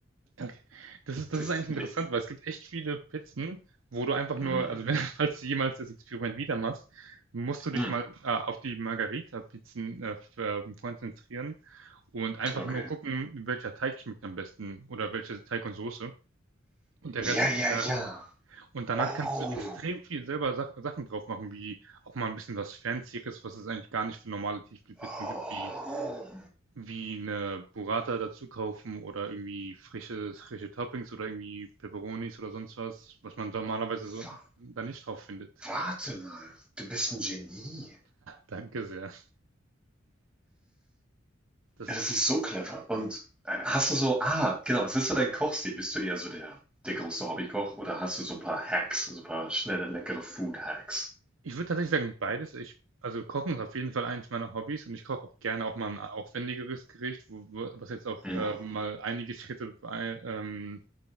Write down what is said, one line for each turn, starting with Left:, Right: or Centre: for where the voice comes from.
Right: Okay. Das ist das
Centre: destilliert.
Right: ist eigentlich interessant, weil es gibt echt viele Pizzen, wo du einfach nur
Centre: Mm,
Right: also, wenn <laughs> falls du jemals das Experiment wieder machst, musst du dich
Centre: mm,
Right: mal, äh, auf die margarita pizzen äh, f ähm, konzentrieren und einfach
Centre: okay.
Right: nur gucken, welcher Teig schmeckt am besten oder welche Teig und Soße und der Rest
Centre: Ja,
Right: ist
Centre: ja,
Right: egal.
Centre: ja.
Right: Und danach
Centre: Oh,
Right: kannst du extrem viel selber Sach Sachen drauf machen, wie auch mal ein bisschen was Fancyeres, was es eigentlich gar nicht für normale Tiefkühlpizzen
Centre: oh,
Right: gibt, wie, wie eine Burrata dazu kaufen oder irgendwie frische, frische Toppings oder irgendwie Peperonis oder sonst was, was man normalerweise so
Centre: wa-
Right: da nicht drauf findet.
Centre: warte mal. Du bist ein Genie.
Right: Danke sehr. Das
Centre: Ja,
Right: ist,
Centre: das ist so clever. Und äh, hast du so, ah, genau, was ist so dein Kochstil? Bist du eher so der, der große Hobbykoch oder hast du so ein paar Hacks, so ein paar schnelle, leckere Food-Hacks?
Right: ich würde tatsächlich sagen, beides. Ich, also Kochen ist auf jeden Fall eines meiner Hobbys und ich koche auch gerne auch mal ein aufwendigeres Gericht, wo, wo- was jetzt auch
Centre: Mhm.
Right: äh, mal einige Schritte bei, ähm,